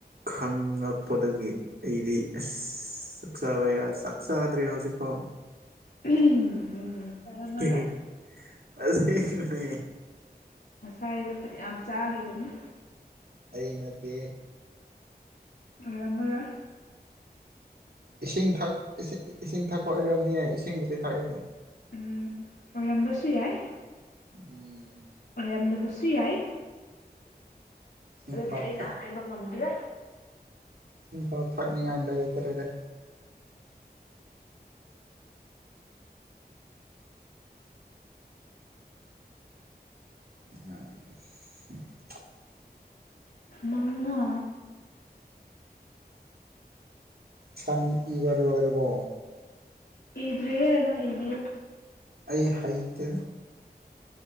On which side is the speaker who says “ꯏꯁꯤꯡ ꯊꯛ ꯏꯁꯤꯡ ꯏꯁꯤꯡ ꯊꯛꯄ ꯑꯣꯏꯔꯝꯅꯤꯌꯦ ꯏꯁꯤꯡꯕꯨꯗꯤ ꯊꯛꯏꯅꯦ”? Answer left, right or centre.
Right